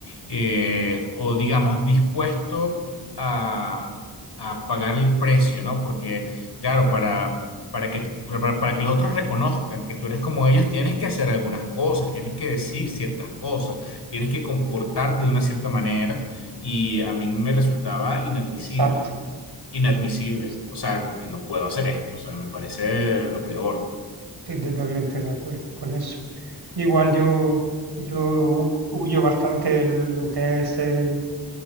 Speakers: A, on the left (about 70°); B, on the right (about 65°).
A: eh, o, digamos, dispuesto a, a pagar el precio, ¿no? Porque, claro, para para que, te- para, para que los otros reconozcan que tú eres como ellos, tienes que hacer algunas cosas, tienes que decir ciertas cosas, tienes que comportarte de una cierta manera y a mí me resultaba inadmisible,
B: Exacto,
A: inadmisible,
B: exacto.
A: o sea, como que no puedo hacer esto, o sea, me parece lo peor.
B: Estoy totalmente de acuerdo con eso. Yo Igual yo, yo hu- huyo bastante de lo que es el-